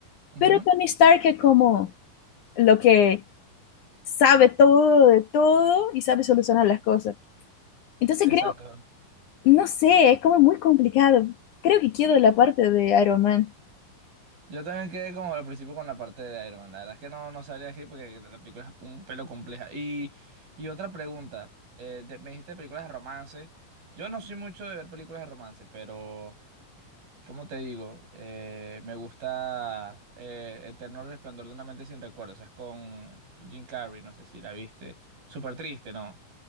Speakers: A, on the right; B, on the left.
A: Ujú.
B: Pero Tony Stark es como lo que sabe todo de todo y sabe solucionar las cosas. Entonces
A: Exacto.
B: creo, no sé, es como muy complicado. Creo que quiero la parte de Iron Man.
A: Yo también quedé como al principio con la parte de Iron Man. La verdad es que no, no sabría decir porque la película es un pelo compleja. Y, y otra pregunta. eh, de- me dijiste películas de romance. Yo no soy mucho de ver películas de romance, pero ¿Cómo te digo? Eh, me gusta eh, Eterno Resplandor de una mente sin recuerdos. Es con Jim Carrey, no sé si la viste. Súper triste, ¿no?